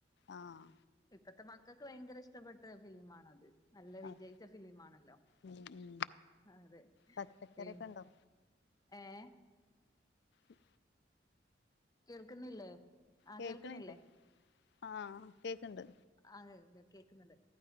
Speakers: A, on the left; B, on the left.
A: ആഹ്
B: ഇപ്പത്തെ മക്കൾക്ക് ഭയങ്കര ഇഷ്ടപ്പെട്ട ഫിലിമാണത് നല്ല വിജയിച്ച
A: ആഹ്
B: ഫിലിമാണല്ലോ
A: ഉം ഉം
B: അതെ
A: പച്ചക്കറിയൊക്കെ
B: പിൻഏഹ്
A: ഉണ്ടോ ഉം
B: കേൾക്കുന്നില്ലേ ആഹ്
A: കേക്കണില്ലേ
B: കേൾക്കുന്നില്ലേ
A: ആഹ് കേക്കണ്ട്
B: ആഹ് കേൾക്കുന്നുണ്ട്